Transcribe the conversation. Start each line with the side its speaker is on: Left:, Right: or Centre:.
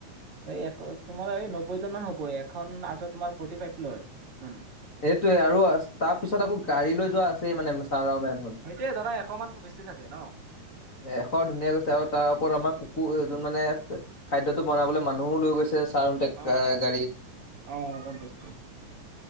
Right: এই তোমাৰ এই নব্বৈ জন মান হ'ব এখন আলট্ৰা তোমাৰ ফ্ৰৰ্টি ফাইভ লয় মানুহ।
Left: এইটোৱে আৰু তাৰ পিছত আকৌ গাড়ী লৈ যোৱা আছেই মানে ছাৰ আৰু মে'ম হত।
Right: সেইটোৱে ধৰা এশ মান গৈছে চাগে ন?
Left: এশ ধুনীয়া গৈছে আৰু তাৰ ওপৰত আমাৰ কুকুৰ যোন মানে। খাদ্যটো বনাবলৈ মানুহো লৈ গৈছে ছাৰে
Right: অ অ
Left: গাড়ীত। <inaudible>
Right: অ গম পাইছো